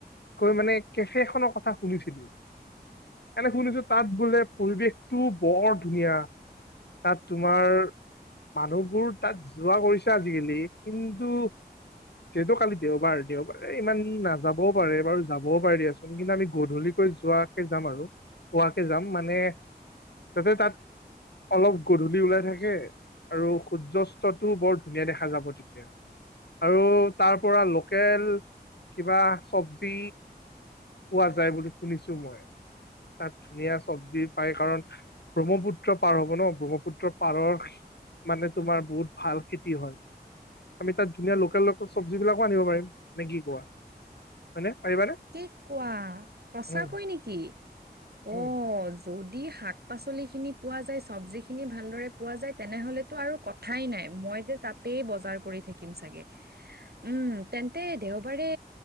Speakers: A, on the left; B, on the right.
A: কৈ মানে কেফে খনৰ কথা শুনিছিলো। এনে শুনিছো তাত বোলে পৰিৱেশটো বৰ ধুনীয়া। তাত তোমাৰ মানুহবোৰ তাত যোৱা কৰিছে আজিকালি, কিন্তু যিহেতু কালি দেওবাৰ, দেওবাৰে ইমান নাযাবও পাৰে বাৰু যাবও পাৰে দিয়াচোন। কিন্তু আমি গধূলি যোৱাকে যাম আৰু পোৱাকে যাম মানে তাতে তাত অলপ গধূলি ওলাই থাকে। আৰু সূৰ্যস্তটোও বৰ ধুনীয়া দেখা যাব তেতিয়া। আৰু তাৰ পৰা লোকেল কিবা চবজি পোৱা যায় বুলি শুনিছো মই। তাত ধুনীয়া চব্জি পায় কাৰণ ব্ৰহ্মপু ত্ৰ পাৰ হ'ব ন ব্ৰহ্মপুত্ৰ পাৰৰ মানে তোমাৰ বহুত ভাল খেতি হয় আমি তাত ধুনীয়া লোকেল চবজি বিলাকো আনিব পাৰিম নে কি কোৱা হয়নে পাৰিবানে?
B: কি কোৱা সঁচাকৈ
A: উম
B: নেকি
A: উম
B: অ য দি শাক পাচলিখিনি পোৱা যায় চব্জিখিনি ভালদৰে পোৱা যায় তেনেহ'লেতো আৰু কথাই নাই মই মই যে তাতেই বজাৰ কৰি থাকিম চাগে উম তেন্তে দেওবাৰে